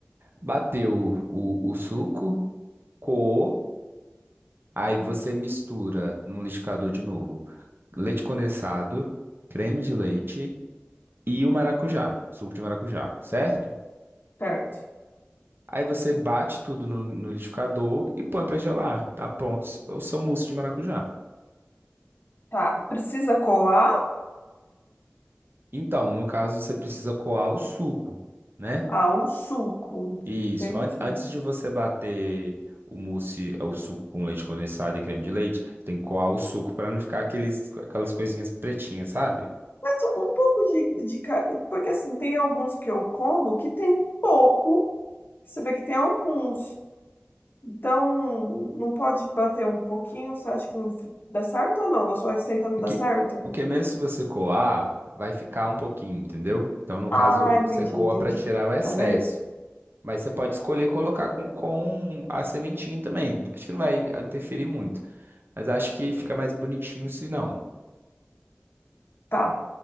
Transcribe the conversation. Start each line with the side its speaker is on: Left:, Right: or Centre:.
Right: Bateu o, o suco, coou, aí você mistura no liquidificador de novo leite condensado, creme de leite e o maracujá, suco de maracujá, certo?
Left: Certo.
Right: Aí você bate tudo no, no liquidificador e põe pra gelar. Tá pronto o seu mousse de maracujá.
Left: Tá, precisa coar?
Right: Então, no caso, você precisa coar o suco, né?
Left: Ah, um suco.
Right: Isso.
Left: Entendi.
Right: An- Antes de você bater o mousse, o suco com leite condensado e creme de leite, tem que coar o suco para não ficar aqueles, aquelas coisinhas pretinhas, sabe?
Left: Mas um pouco de, de. ca- Porque assim, tem alguns que eu como que tem um pouco. Você vê que tem alguns. Então, não pode bater um pouquinho? Você acha que não f- dá certo ou não? Na sua receita não
Right: Porque,
Left: dá certo?
Right: porque mesmo se você coar, vai ficar um pouquinho, entendeu? Então, no caso,
Left: Ah, entendi,
Right: você coa
Left: entendi.
Right: para tirar o excesso.
Left: Então, beleza.
Right: Mas você pode escolher colocar com, com a sementinha também. Acho que não vai interferir muito. Mas acho que fica mais bonitinho se não.
Left: Tá,